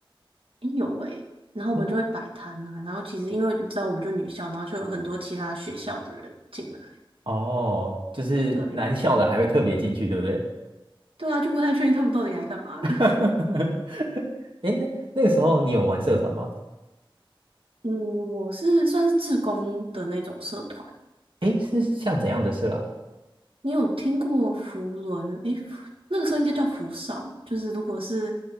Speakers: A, on the right (about 90°); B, on the right (about 70°).
A: 哎有诶、然后我们就会摆摊啊，
B: 那
A: 然后其实因为你知道，我们就女校，然后就有很多其他学校的人进来，
B: 哦，就是男校的还会特别进去，
A: 对，
B: 对不对？
A: 对啊，就不太确定他们到底来干嘛的。
B: <laughs> 哎那那个时候你有玩社团吗？
A: <laughs> 嗯，我是算是志工的那种社团，
B: 哎，是像怎样的社啊？
A: 你有听过福伦？诶、福那个时候应该叫福少，就是如果是